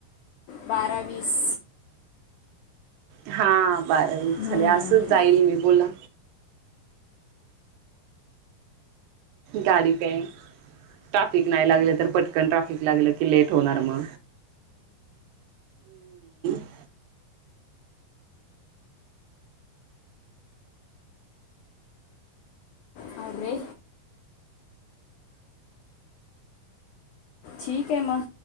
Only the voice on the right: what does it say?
हा बारावीस
झाले असंच जाईल मी बोला गाडी काय ट्राफिक नाही लागल तर पटकन ट्राफिक लागलं की लेट होणार म <inaudible>